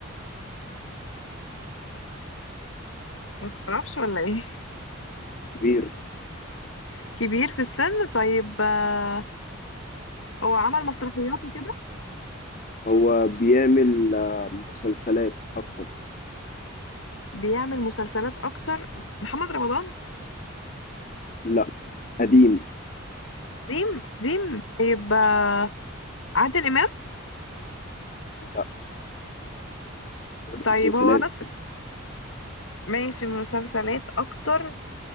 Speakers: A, on the left; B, on the left.
A: ما تعرفش ولا ايه
B: كبير
A: <laughs> كبير في السن طيب آه، هو عمل مسرحيات وكده
B: هو بيعمل آه مسلسلات اكتر
A: بيعمل مسلسلات اكتر محمد رمضان
B: لا قديم
A: قديم قديم طيب آه، عادل امام
B: لا بقول لك
A: طيب
B: مسلسلات
A: هو بس ماشي مسلسلات اكتر